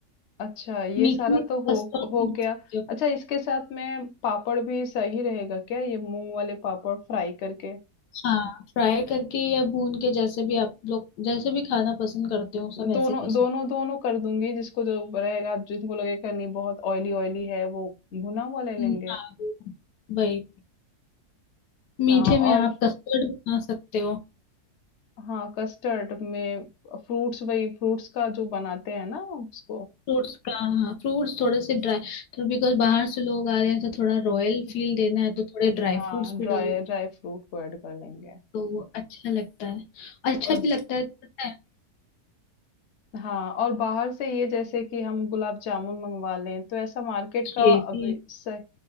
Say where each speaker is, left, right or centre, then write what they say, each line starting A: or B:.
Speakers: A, on the left; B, on the left.
A: अच्छा ये
B: मीट
A: सारा
B: में
A: तो हो
B: कस्टर्ड
A: हो
B: बना
A: गया
B: सकते हो
A: अच्छा इसके साथ में पापड़ भी सही रहेगा क्या ये मूंग वाले पापड़ फ्राई करके
B: हाँ फ्राई करके या भून के जैसे भी आप लोग जैसे भी खाना पसंद करते हो सब वैसे
A: दोनों
B: कर सकते
A: दोनों दोनों कर दूंगी जिसको जो रहेगा जिनको लगेगा नहीं बहुत ऑयली ऑयली है वो भुना हुआ ले
B: हो
A: लेंगे
B: हाँ वही मीठे
A: हाँ
B: में
A: और
B: आप कस्टर्ड बना सकते हो
A: हाँ कस्टर्ड में फ्रूट्स वही फ्रूट्स का जो बनाते हैं ना उसको
B: फ्रूट्स का हाँ फ्रूट्स थोड़े से ड्राई तो बिकॉज बाहर से लोग आ रहे हैं तो थोड़ा रॉयल
A: हम्म,
B: फील देना है तो थोड़े ड्राई
A: हाँ
B: फ्रूट्स
A: ड्राई
B: भी डाल
A: ड्राई फ्रूट को ऐड कर लेंगे
B: तो वो अच्छा लगता है अच्छा
A: और
B: भी लगता है पता है
A: हाँ और बाहर से ये जैसे कि हम गुलाब जामुन मंगवा लें तो ऐसा मार्केट का
B: ये भी
A: अभी सही